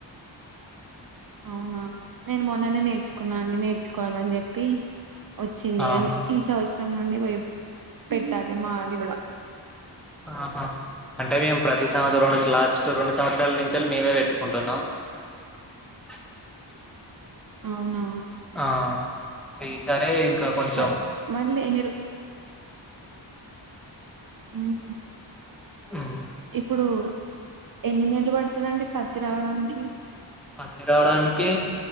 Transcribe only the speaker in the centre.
ఆహా
ఆహా అంటే మేము ప్రతి సంవత్సరం కి లాస్ట్ రెండు సంవత్సరాల నుంచి మేమే పెట్టుకుంటున్నాం. చ్
ఆ ఈ సారే ఇంకా కొంచెం
ఉమ్,
పత్తి రావడానికి